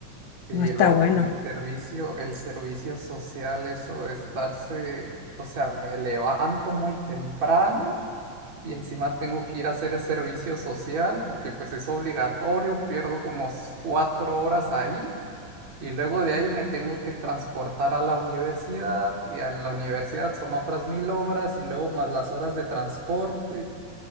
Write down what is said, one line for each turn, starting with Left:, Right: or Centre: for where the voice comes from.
Right: Y
Left: no está
Right: luego
Left: bueno.
Right: con el servicio, el servicio social, eso de estarse, o sea, me levanto muy temprano y encima tengo que ir a hacer el servicio social porque pues es obligatorio, pierdo como s- cuatro horas ahí. Y luego de ahí me tengo que transportar a la universidad y a la universidad son otras mil horas y luego más las horas de transporte.